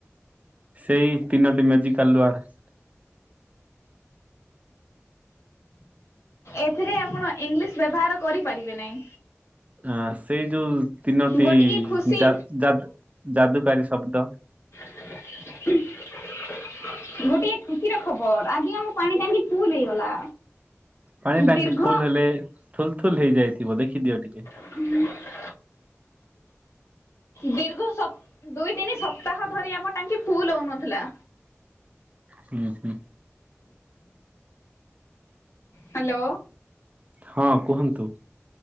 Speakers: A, on the right; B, on the left.
A: ସେଇ ତିନୋଟି ମେଜିକାଲ ୱାର୍ଡ।
B: ଏଥିରେ ଆପଣ ଇଂଲିଶ୍ ବ୍ୟବହାର କରିପାରିବେ ନାଇଁ।
A: ଆ ସେଇ ଯୋଉ ତିନୋଟି
B: ଗୋଟିଏ ଖୁସି
A: ଯାଦ ଯାଦ ଯାଦୁକାରୀ ଶବ୍ଦ।
B: <inaudible> ଗୋଟିଏ ଖୁସିର ଖବର ଆଜି ଆମ ପାଣି ଟାଙ୍କି ଫୁଲ ହେଇଗଲା।
A: ପାଣି ଟାଙ୍କି
B: ଦୀର୍ଘ
A: ଫୁଲ ହେଲେ ଥୁଲଥୁଲ ହେଇଯାଇଥିବ ଦେଖିଦିଅ ଟିକେ।
B: ହୁଁ। ଦୀର୍ଘ ସପ୍ ଦୁଇ ତିନି ସପ୍ତାହ ଧରି ଆମ ଟାଙ୍କି ଫୁଲ ହଉନଥିଲା।
A: ହୁଁ ହୁଁ।
B: ହାଲୋ।
A: ହଁ କୁହନ୍ତୁ।